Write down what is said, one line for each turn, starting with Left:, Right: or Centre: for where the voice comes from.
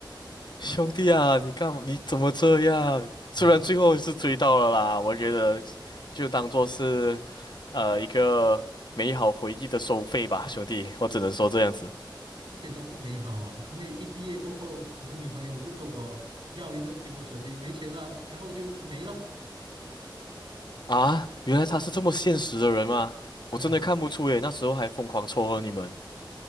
Left: <laughs> 兄弟啊，你干嘛？你怎么这样？虽然最后是追到了啦，
Right: 我就是
Left: 我觉得就当做是呃一个美好回忆的收费吧，兄弟，我只能说这样子
Right: 一点都不美好啊！因为一毕业过后，我的女朋友又跟我要一个苹果手机，没钱了，然后就没了。
Left: 啊。原来他是这么现实的人吗？
Right: 唉
Left: 我真的看不出诶，那时候还疯狂撮合你们。